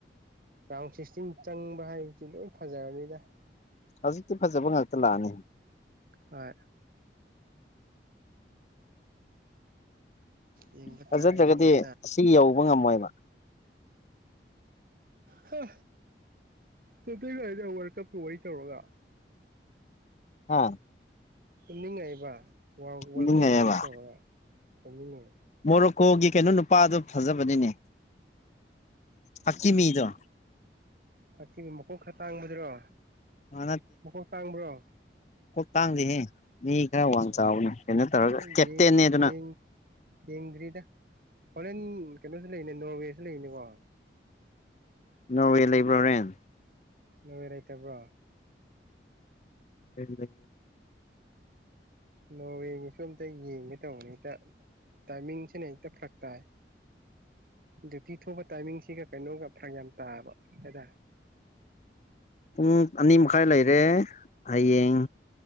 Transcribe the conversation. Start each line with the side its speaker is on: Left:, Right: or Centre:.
Right: ꯔꯥꯎꯟ ꯁꯤꯛꯁꯇꯤꯟ ꯆꯪꯕ ꯍꯥꯏꯕꯁꯤ ꯂꯣꯏ ꯐꯖꯔꯅꯤꯗ
Left: ꯍꯧꯖꯤꯛꯇꯤ ꯐꯖꯕ ꯉꯥꯛꯇ ꯂꯥꯛꯑꯅꯤ
Right: ꯍꯣꯏ ꯌꯦꯡꯕ
Left: ꯐꯖꯗ꯭ꯔꯒꯗꯤ
Right: ꯇꯥꯔꯦ ꯌꯦꯡꯕ
Left: ꯑꯁꯤ ꯌꯧꯕ ꯉꯝꯃꯣꯏꯕ
Right: ꯍꯥ ꯇꯇꯩꯗ ꯋꯥꯔꯜ ꯀꯞꯀ ꯋꯥꯔꯤ ꯇꯧꯔꯒ
Left: ꯎꯝ
Right: ꯇꯨꯝꯅꯤꯡꯉꯛꯏꯕ ꯋꯥꯔꯜ
Left: ꯅꯤꯡꯉꯛꯑꯦꯕ
Right: ꯀꯞꯀꯤ ꯋꯥꯔꯤ ꯇꯧꯔꯒ ꯇꯨꯝꯅꯤꯡꯉꯛ
Left: ꯃꯣꯔꯣꯀꯣꯒꯤ ꯀꯩꯅꯣ ꯅꯨꯄꯥꯗꯨ ꯐꯖꯕꯅꯤꯅꯦ ꯍꯥꯀꯤꯃꯤꯗꯨ
Right: ꯑ ꯃꯀꯣꯛ ꯈꯔ ꯇꯥꯡꯕꯗ꯭ꯔꯣ
Left: ꯑ
Right: ꯃꯀꯣꯛ ꯇꯥꯡꯕ꯭ꯔꯣ
Left: ꯇꯥꯡꯗꯤꯍꯦ ꯃꯤ ꯈꯔ ꯋꯥꯡ
Right: ꯑꯣ
Left: ꯆꯥꯎꯕꯅꯦ ꯀꯩꯅꯣ ꯇꯧꯔꯒ
Right: ꯑꯩ
Left: ꯀꯦꯞꯇꯦꯟꯅꯦ
Right: ꯌꯦꯡ
Left: ꯑꯗꯨꯅ
Right: ꯌꯦꯡ ꯌꯦꯡꯗ꯭ꯔꯤꯗ ꯍꯣꯂꯦꯟ ꯀꯩꯅꯣꯁꯨ ꯂꯩꯔꯤꯅꯦ ꯅꯣꯔꯋꯦꯁꯨ ꯂꯩꯔꯤꯅꯤꯀꯣ
Left: ꯅꯣꯋꯦ ꯂꯩꯕ꯭ꯔꯣꯣꯔꯦꯟ
Right: ꯃ ꯂꯩꯇꯕ꯭ꯔꯣ
Left: ꯑꯣꯏꯅꯦ
Right: ꯅꯣꯋꯦꯒꯤꯁꯨ ꯑꯝꯇ ꯌꯦꯡꯒꯦ ꯇꯧꯕꯅꯦ ꯍꯦꯛꯇ ꯇꯥꯏꯃꯤꯡꯁꯤꯅ ꯍꯦꯛꯇ ꯐꯔꯛ ꯇꯥꯏ ꯗ꯭ꯌꯨꯇꯤ ꯊꯣꯛꯄ ꯇꯥꯏꯃꯤꯡꯁꯤꯒ ꯀꯩꯅꯣꯒ ꯐꯔꯛ ꯌꯥꯝ ꯇꯥꯕ ꯍꯥꯏꯇꯥꯔꯦ
Left: <inaudible> ꯄꯨꯡ ꯑꯅꯤ ꯃꯈꯥꯏ ꯂꯩꯔꯦ ꯍꯌꯦꯡ